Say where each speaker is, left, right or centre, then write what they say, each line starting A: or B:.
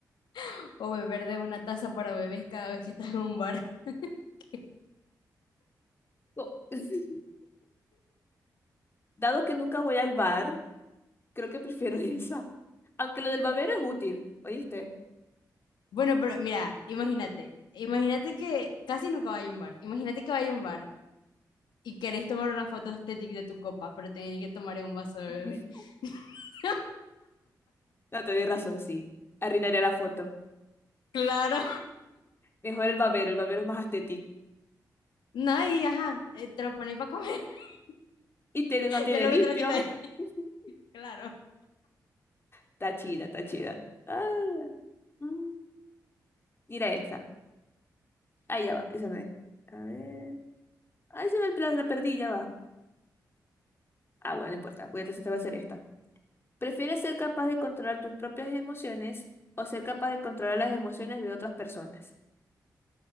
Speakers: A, on the left; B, on the left.
A: <laughs> o beber de una taza para bebés cada vez que estás en un bar? <laughs>
B: Oh, <laughs> Dado que nunca voy al bar, creo que prefiero <laughs> esa. Aunque lo del babero es útil, ¿oíste?
A: Bueno, pero mira, imagínate, imagínate que casi nunca vaya a un bar, imagínate que vaya a un bar y queréis tomar una foto estética de tu copa, pero tenéis que tomar en un vaso de bebé.
B: <laughs>
A: <laughs>
B: No, te doy razón, sí. Arruinaré la foto.
A: Claro.
B: Mejor el babero, el babero es más estético.
A: No, y ajá, eh, te lo ponéis para comer. <laughs>
B: Y te lo mantiene
A: Ya luego
B: limpio.
A: te lo quitáis.
B: Ujú.
A: Claro.
B: Está chida, está chida. Ah, mm. Mira esta. Ahí ya va, esa no es. A ver. Ahí se ve el plazo, la perdí, ya va. Ah, bueno, no importa. Pues entonces te va a hacer esta. ¿Prefieres ser capaz de controlar tus propias emociones o ser capaz de controlar las emociones de otras personas?